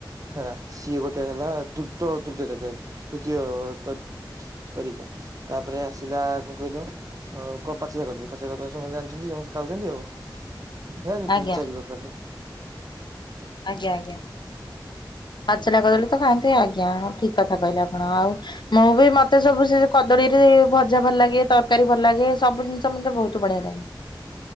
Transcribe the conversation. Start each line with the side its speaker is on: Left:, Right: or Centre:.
Right: ହଁ ସିଏ ଗୋଟେ ହେଲା ଦୃତ ତୃତୀୟ ଦରକାରୀ ତୃତୀୟ ତରିକା ତାପରେ ଆସିଲା କଣ କହିଲ କ ପାଚିଲା କଦଳୀ ପାଚିଲା କଦଳୀ ସମସ୍ତେ ଜାଣିଛନ୍ତି ଖାଉଛନ୍ତି ଆଉ ହେରିକି
Left: ଆଜ୍ଞା।
Right: ଚାରି ପ୍ରକାରର।
Left: ଆଜ୍ଞା ଆଜ୍ଞା। ପାଚିଲା କଦଳୀ ତ ଖାଆନ୍ତି ଆଜ୍ଞା ହଁ ଠିକ କଥା କହିଲେ ଆପଣ ଆଉ ମୁଁ ବି ମତେ ସବୁ ସେ କଦଳୀରେ ଭଜା ଭଲ ଲାଗେ ତରକାରୀ ଭଲ ଲାଗେ ସବୁ ଜିନିଷ ମତେ ବହୁତ ବଢ଼ିଆ ଲାଗେ।